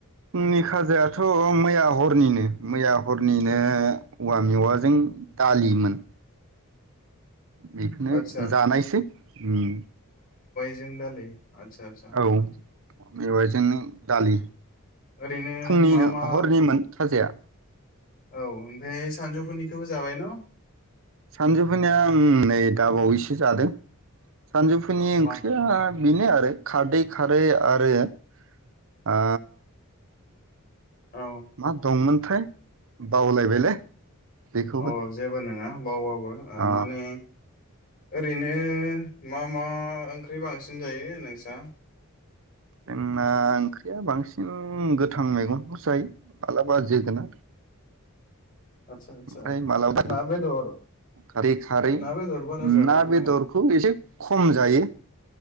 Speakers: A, on the right (about 65°); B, on the left (about 40°).
A: फुंनि खाजायाथ मैया हरनिनो मैया हरनिनो औवा मेवाजों दालिमोन। बेखौनो
B: आदसा
A: जानायसै ओम।
B: जों दालि। आदसा आदसा
A: औ मेवयाइजोंनो दालि
B: ओरैनो
A: फुंनिनो
B: मा मा
A: हरनिमोन। खाजाया।
B: औ ओमफ्राय सानजौफुनिखौबो जाबाय न
A: सानजुफनिया आं नै दाबावैसो जादों। सानजौफुनि ओंख्रिया
B: मा
A: बेनो आरो खारदै खारै आरो ओ
B: औ
A: मा दंमोन थाय बावलायबायलै। बेखौबो
B: अ जेबो नोङा। बावबाबो
A: अ
B: माने ओरैनो मा मा ओंख्रि बांसिन जायो नोंस्रा?
A: जोंना ओंख्रिया बांसिन गोथां मैगंखौ जायो मालाबा जोगोनार।
B: आतसा आतसा
A: ओमफ्राय मालाबा
B: ना बेदर
A: खारै खारै
B: ना बेदर बारा जाबा
A: ना
B: नामा
A: बेदरखौ एसे खम जायो।